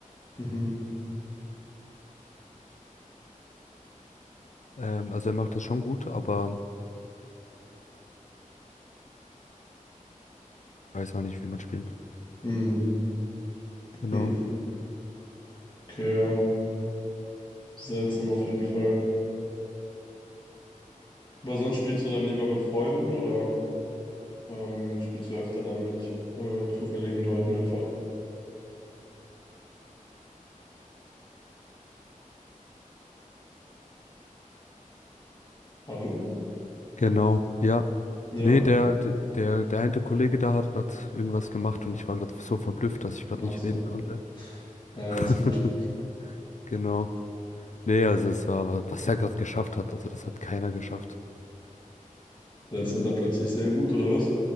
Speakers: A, on the left; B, on the left.
A: Mhm.
B: Ähm, also er macht das schon gut, aber weiß auch nicht, wie man spielt.
A: Mhm.
B: Genau,
A: Hm. Okay, ja. Seltsam auf jeden Fall. Aber sonst spielst du dann lieber mit Freunden oder? Ähm, spielst du öfter dann mit äh, zufälligen Leuten einfach? Hallo?
B: genau, ja.
A: Ja?
B: Nee, der, der, der der eine Kollege da hat gerade irgendwas gemacht und ich war gerade so verblüfft, dass ich gerade
A: Ach
B: nicht
A: so.
B: reden konnte.
A: Ja, ist
B: <laughs>
A: gut.
B: Genau. Nee, also es war, wa- was er gerade geschafft hat, also das hat keiner geschafft.
A: Jetzt
B: Äh,
A: wird er plötzlich sehr gut, oder was?